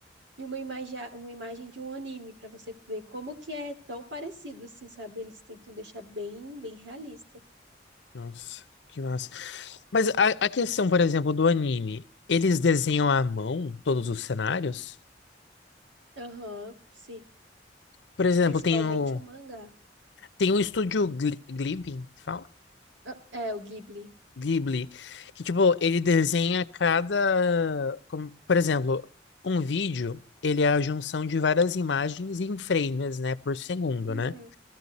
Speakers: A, on the right (about 85°); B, on the left (about 70°).
A: e uma imagem, uma imagem de um anime, para você ver como que é tão parecido, assim, sabe? Eles tentam deixar bem, bem realista.
B: Nossa, que massa. Mas a, a questão, por exemplo, do anime, eles desenham à mão todos os cenários?
A: Aham, sim.
B: Por exemplo,
A: Principalmente
B: tem o.
A: o mangá.
B: Tem um estúdio Gli- Glibin, fala?
A: Ah, É, o Ghibli.
B: Ghibli, que tipo, ele desenha cada, como, por exemplo, um vídeo, ele é a junção de várias imagens em frames, né, por segundo,
A: Uhum.
B: né?